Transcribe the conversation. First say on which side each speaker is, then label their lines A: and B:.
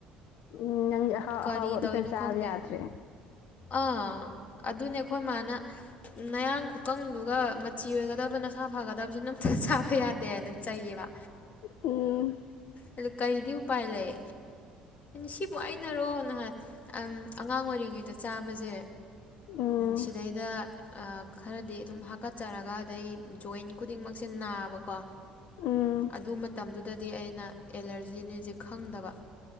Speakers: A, on the left; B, on the left.
A: ꯎꯝ ꯅꯪ ꯑꯍꯥꯎ
B: ꯀꯔꯤ
A: ꯑꯍꯥꯎꯕ ꯑꯃꯇꯥ
B: ꯇꯧꯔꯤꯅꯣ
A: ꯆꯥꯕꯥ
B: ꯈꯪꯗꯦ
A: ꯌꯥꯗ꯭ꯔꯦ
B: ꯑꯥ ꯑꯗꯨꯅꯦ ꯑꯩꯈꯣꯏ ꯃꯥꯅ ꯅꯌꯥꯡ ꯈꯨꯀꯪꯗꯨꯒ ꯃꯆꯤ ꯑꯣꯏꯒꯗꯕ ꯅꯁꯥ ꯐꯥꯒꯗ ꯃꯅꯝꯁꯨ ꯅꯝꯊꯤ ꯆꯥꯕ ꯌꯥꯗꯦ ꯍꯥꯏꯅ ꯆꯩꯌꯦꯕ
A: ꯎꯝ
B: ꯑꯗꯨ ꯀꯔꯤꯗꯤ ꯎꯄꯥꯏ ꯂꯩ ꯁꯤꯕꯨ ꯑꯩꯅꯔꯣ ꯅ ꯍꯥꯏ ꯑꯉꯥꯡ ꯑꯣꯏꯔꯤꯉꯩꯗ ꯆꯥꯕꯁꯦ
A: ꯎꯝ
B: ꯁꯤꯗꯩꯗ ꯈꯔꯗꯤ ꯑꯗꯨꯝ ꯍꯥꯞꯀꯠꯆꯔꯒ ꯑꯗꯩ ꯖꯣꯏꯟ ꯈꯨꯗꯤꯡꯃꯛꯁꯦ ꯅꯥꯕꯀꯣ
A: ꯎꯝ
B: ꯑꯗꯨ ꯃꯇꯝꯗꯨꯗꯗꯤ ꯑꯩꯅ ꯑꯦꯂꯔꯖꯤꯅꯤꯁꯦ ꯈꯪꯗꯕ